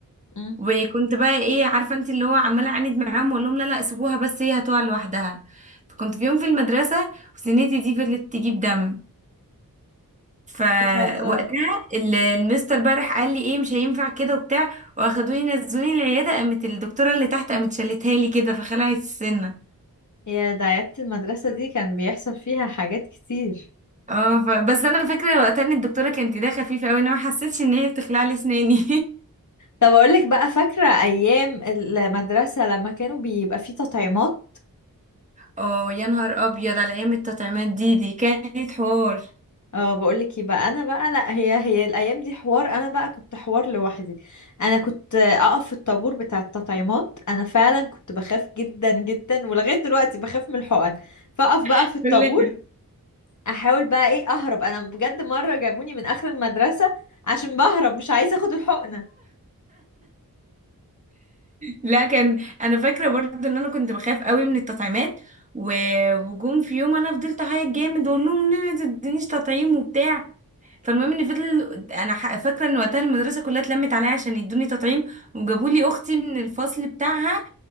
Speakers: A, on the left (about 55°); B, on the right (about 20°).
A: مم.
B: وكنت بقى ايه عارفه انت اللي هو عماله اعاند معاهم واقول لهم لا لا سيبوها بس هي هتقع لوحدها فكنت في يوم في المدرسه وسنتي دي فضلت تجيب دم فوقتها
A: بتهزري
B: ال- المستر بقى راح قال لي ايه مش هينفع كده وبتاع واخدوني نزلوني العياده قامت الدكتوره اللي تحت قامت شالتها لي كده فخلعت السنه
A: يا ده عيادة المدرسة دي كان بيحصل فيها حاجات كتير
B: اه ف... بس انا فاكره وقتها ان الدكتوره كانت ايديها خفيفه قوي انا ما حسيتش ان هي بتخلع لي اسناني
A: طب اقول لك بقى فاكره ايام المدرسه لما كانوا بيبقى فيه تطعيمات
B: <laughs> اه يا نهار ابيض على ايام التطعيمات دي دي كانت حوار
A: اه بقول لك يبقى انا بقى لا هي هي الايام دي حوار انا بقى كنت حوار لوحدي انا كنت اقف في الطابور بتاع التطعيمات انا فعلا كنت بخاف جدا جدا ولغايه دلوقتي بخاف من الحقن فاقف بقى
B: <laughs>
A: في الطابور احاول بقى ايه اهرب انا بجد مره جابوني من اخر المدرسه عشان بهرب مش عايزه اخد الحقنه
B: لا كان انا فاكره برضه ان انا كنت بخاف قوي من التطعيمات و- وجم في يوم انا فضلت اعيط جامد واقول لهم لا ما تدينيش تطعيم وبتاع فالمهم ان فضل انا ح- فاكره ان وقتها المدرسه كلها اتلمت عليا عشان يدوني تطعيم وجابوا لي اختي من الفصل بتاعها